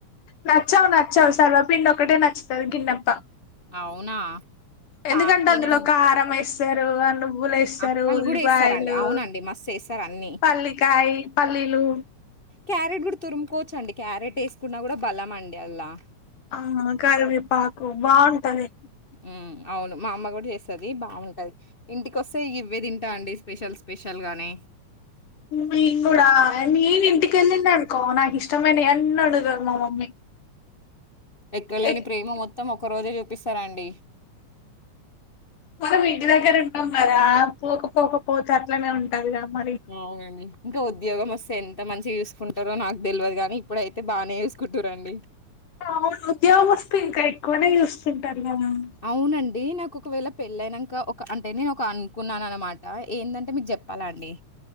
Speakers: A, on the left; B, on the left.
A: నచ్చావు నచ్చావు సర్వపిండి ఒకటే నచ్చుతాది గిన్నె తా
B: అవునా
A: ఎందుకంటే
B: తా తినండి
A: అందులో కారం వేస్తారు అలు నువ్వులు వేస్తారు
B: అప్పలు
A: ఉల్లిపాయలు
B: కూడా వేస్తారండి అవునండి మస్తు వేస్తారు అన్ని
A: పల్లికై పల్లీలు
B: క్యారెట్ కూడా తురుముకోవచ్చు అండి క్యారెట్ వేసుకున్నా కూడా బలం అండి అన్లా
A: ఆ కరివేపాకు బాగుంటది
B: హ్మ్ అవును మా అమ్మ కూడా చేస్తది బాగుంటది ఇంటికొస్తే ఇవ్వే తింటా అండి స్పెషల్స్ స్పెషల్ గానే
A: నేను కూడా నేను ఇంటికి వెళ్ళినా అనుకో నాకు ఇష్టమైనవనన్నోడుతది మా మమ్మీ
B: ఎక్కడ లేని
A: ఏ
B: ప్రేమ మొత్తం ఒక్క రోజే చూపిస్తారండి
A: మనం ఇంటి దగ్గర ఉంటాం కదా పోకపోకపోతే అట్లనే ఉంటదిగా మరి
B: అవునండి ఇంకా ఉద్యోగం వస్తే ఎంత మంచిగా చూసుకుంటారో నాకు తెలియదు గాని ఇప్పుడైతే బానే చూసుకుంటురండి
A: అవును ఉద్యోగమొస్తే ఇంకా ఎక్కువనే చూస్తుంటారు కదా ఉమ్,
B: అవునండి నాకొకవేళ పెళ్ళైనంక ఒక అంటే నేను ఒక అనుకున్నానన్నమాట ఏందంటే మీక్ చే ప్పాలండి